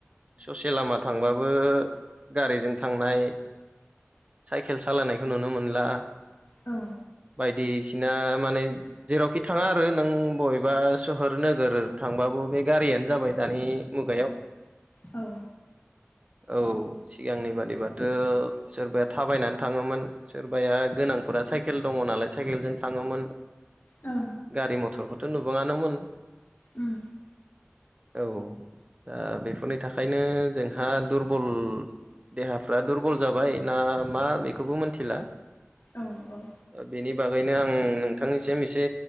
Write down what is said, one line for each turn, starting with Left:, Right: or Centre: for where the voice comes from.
Right: ससे लामा थांबाबो गारिजों थांनाय साइकेल सालायनायखौ नुनो मोनला
Left: औ
Right: बायदिसिना माने जेरावखि थांङा आरो नों बबेबा सोहोर नोगोर थांबाबो बे गारियानो जाबाय दानि मुगायाव
Left: औ
Right: औ सिगांनि बादिबाथ' सोरबाया थाबायनानै थांङोमोन सोरबाया गोनांफोरा साइकेल दंङो नालाय साइकेलजों थांङोमोन
Left: औ
Right: गारि मथरखौथ' नुबांङानोमोन
Left: उम
Right: औ दा बेफोरनि थाखायनो जोंहा दुरबल देहाफ्रा दुरबल जाबाय ना मा बेखौबो मिथिला
Left: औ औ
Right: बेनि बागैनो आं नोंथांनिसिम एसे